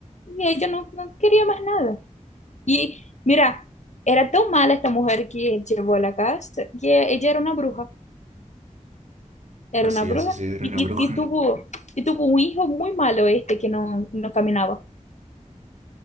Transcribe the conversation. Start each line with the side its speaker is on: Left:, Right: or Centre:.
Left: Y ella no, no quería más nada. Y mira, era tan mala esta mujer que él llevó a la casa, que ella era una bruja, era
Right: Así,
Left: una bruja,
Right: eso sí, era
Left: y,
Right: una bruja.
Left: y, y tuvo, y tuvo un hijo muy malo este que no, no caminaba.